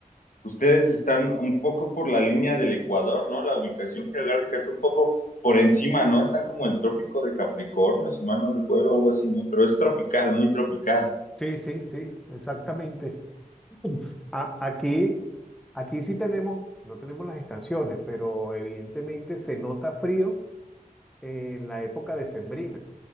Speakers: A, on the left; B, in the centre.
A: ustedes están un poco por la línea del Ecuador, ¿no? La ubicación geográfica está un poco por encima, ¿no? Están como el trópico de Capricornio, si mal no recuerdo, algo así, ¿no? Pero es tropical, muy tropical.
B: Sí, sí, sí, exactamente. A- Aquí, aquí sí tenemos, no tenemos las estaciones, pero evidentemente se nota frío en la época decembrina.